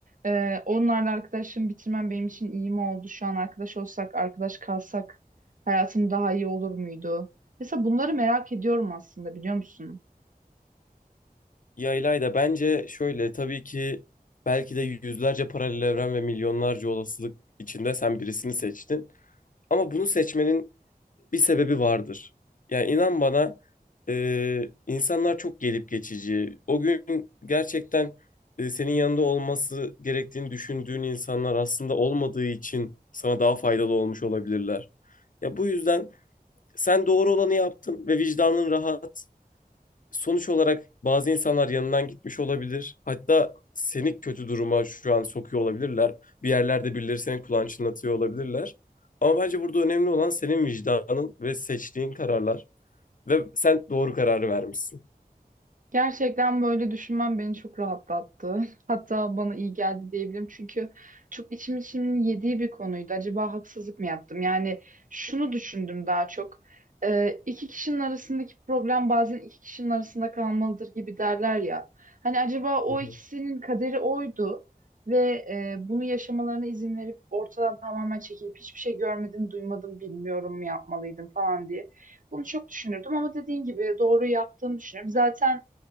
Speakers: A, on the right; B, on the left.
A: E, onlarla arkadaşlığımı bitirmem benim için iyi mi oldu? Şu an arkadaş olsak, arkadaş kalsak hayatım daha iyi olur muydu? Mesela bunları merak ediyorum aslında biliyor musun?
B: Ya İlayda bence şöyle tabii ki belki de yüzlerce paralel evren ve milyonlarca olasılık içinde sen birisini seçtin. Ama bunu seçmenin bir sebebi vardır. Yani inan bana e, insanlar çok gelip geçici. O gün gerçekten e, senin yanında olması gerektiğini düşündüğün insanlar aslında olmadığı için sana daha faydalı olmuş olabilirler. Ya bu yüzden sen doğru olanı yaptın ve vicdanın rahat. Sonuç olarak bazı insanlar yanından gitmiş olabilir. Hatta seni kötü duruma şu an sokuyor olabilirler. Bir yerlerde birileri senin kulağını çınlatıyor olabilirler. Ama bence burada önemli olan senin vicdanın ve seçtiğin kararlar. Ve sen doğru kararı vermişsin.
A: Gerçekten böyle düşünmem beni çok rahatlattı. <laughs> Hatta bana iyi geldi diyebilirim. Çünkü çok içim içimin yediği bir konuydu. Acaba haksızlık mı yaptım? Yani şunu düşündüm daha çok. Ee, iki kişinin arasındaki problem bazen iki kişinin arasında kalmalıdır gibi derler ya. Hani acaba o
B: Hı hı.
A: ikisinin kaderi oydu ve e, bunu yaşamalarına izin verip ortadan tamamen çekilip hiçbir şey görmedim, duymadım, bilmiyorum mu yapmalıydım falan diye. Bunu çok düşünürdüm ama dediğin gibi doğru yaptığımı düşünüyorum. Zaten